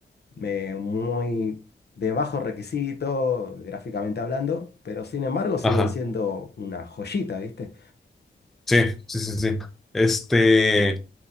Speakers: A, on the left (about 55°); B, in the centre.
A: eh, muy de bajo requisito, gráficamente hablando, pero sin embargo siguen
B: Ajá.
A: siendo una joyita, ¿viste?
B: Sí, sí, sí, sí. Este.